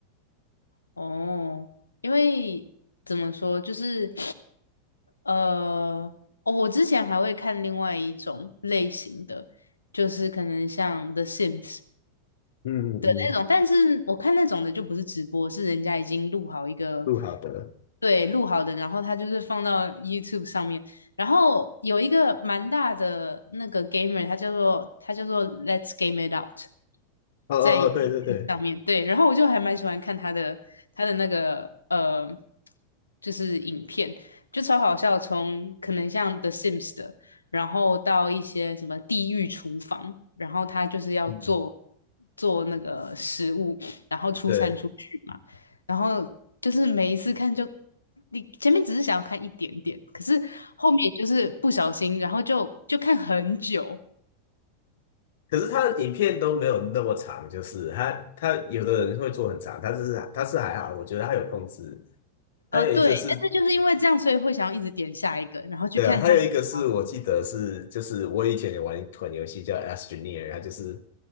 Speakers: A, on the left (about 75°); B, on the left (about 55°).
A: 哦，因为怎么说，就是呃，哦我之前还会看另外一种类型的，就是可能像《The Sims》。
B: 嗯嗯，
A: 的那种，
B: 嗯
A: 但是我看那种的就不是直播，是人家已经录好一个，
B: 录好的。
A: 对，录好的，然后他就是放到 YouTube 上面。然后有一个蛮大的那个 gamer，他叫做他叫做 Let's Game It Out，
B: 哦哦哦，
A: 在 YouTube
B: 对对对，
A: 上面，对。然后我就还蛮喜欢看他的他的那个呃，就是影片，就超好笑，从可能像 The Sims 的。然后到一些什么地狱厨房，然后他就是要做
B: 嗯，
A: 做那个食物，然后出餐出去嘛，
B: 对。
A: 然后就是每一次看就你前面只是想要看一点点，可是后面就是不小心，然后就就看很久，
B: 可是他的影片都没有那么长，就是他他有的人会做很长，他是他是还好，我觉得他有控制。他有一个是，
A: 呃，对，但是就是因为这样，所以会想要一直点下一个，然后去看他其他的，
B: 对还有一个是我记得是，就是我以前也玩一款游戏叫 Astroneer，它就是